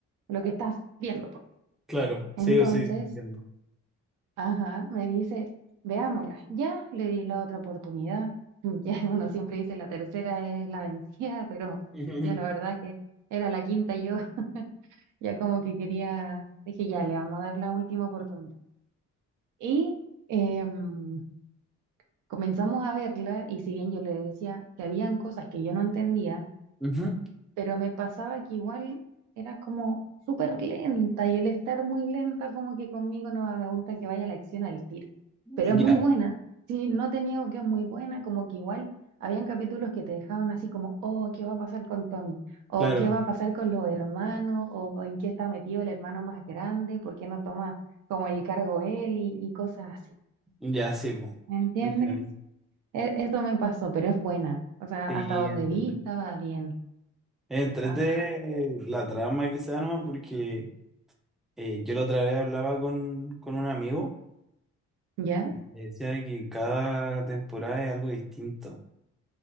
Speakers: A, on the right (about 80°); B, in the centre.
A: lo que estás viendo. pues.
B: claro,
A: Entonces...
B: sí o sí, te entiendo.
A: Ajá, me dice, veámosla. Ya le di la otra oportunidad. <laughs> Ya uno siempre dice la tercera es la vencida, pero
B: Ujú.
A: yo la verdad que era la quinta yo <laughs> ya como que quería, dije, ya le vamos a dar la última oportunidad. Y em, comenzamos a verla y si bien yo le decía que habían cosas que yo no entendía,
B: Ujú.
A: pero me pasaba que igual era como súper lenta y el estar muy lenta como que conmigo no va, me gusta que vaya la acción al tiro, pero
B: Ya,
A: es muy buena, sí, no te niego que es muy buena, como que igual habían capítulos que te dejaban así como, oh, ¿qué va a pasar con Tommy? ¿O
B: claro,
A: qué va a pasar con los hermanos? ¿O en qué está metido el hermano más grande? ¿Por qué no toma como el cargo él y, y cosas así?
B: ya sí, po.
A: ¿Me entiendes?
B: Entiendo.
A: E- eso me pasó, pero es buena. O sea,
B: Sí,
A: hasta donde
B: entrete.
A: vi estaba bien.
B: Entrete
A: Ajá,
B: eh, la trama que se arma porque eh, yo la otra vez hablaba con, con un amigo.
A: ¿ya?
B: Me decía que cada temporada es algo distinto.